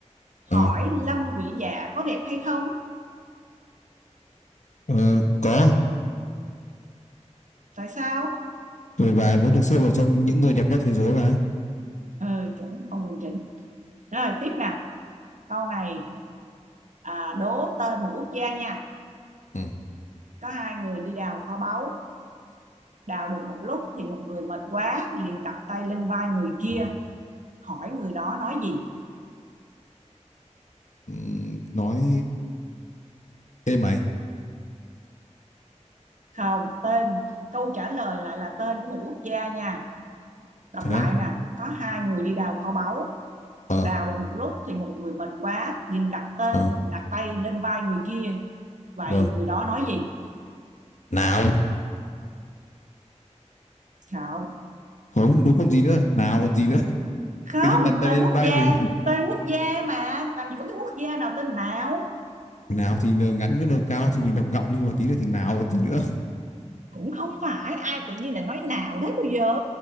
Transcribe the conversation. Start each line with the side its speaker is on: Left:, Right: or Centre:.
Right: Hỏi
Left: ờ
Right: Lâm Vĩ Dạ có đẹp hay không?
Left: Ờ, có
Right: Tại sao?
Left: tuổi bà vẫn được xếp vào trong những người đẹp nhất thế giới mà
Right: Ừ, chuẩn không cần chỉnh. Rồi, tiếp nè. Câu này à, đố tên một quốc gia nha.
Left: ừ.
Right: Có hai người đi đào kho báu, đào được một lúc thì một người mệt quá liền đặt tay lên vai người kia, hỏi người đó nói gì?
Left: Ừ, nói ê mày
Right: Không, tên câu trả lời lại là tên của một quốc gia nha. Đọc
Left: thế
Right: lại
Left: á?
Right: nè, có hai người đi đào kho báu,
Left: ờ
Right: đào được một lúc thì một người mệt quá liền đặt tên
Left: ờ
Right: đặt tay lên vai người kia. Vậy
Left: rồi
Right: người đó nói gì?
Left: nào
Right: Không.
Left: không đúng còn gì nữa nào còn gì nữa <laughs>
Right: Không,
Left: tự nhiên đặt tay
Right: tên
Left: lên
Right: quốc
Left: vai
Right: gia,
Left: mình
Right: tên quốc gia mà làm gì có cái quốc gia nào tên nào?
Left: <laughs> nào thì n ngắn với n cao thì mình đọc ngọng đi một tí nữa thì nào còn gì nữa
Right: cũng không phải ai tự nhiên là nói nào thế bây giờ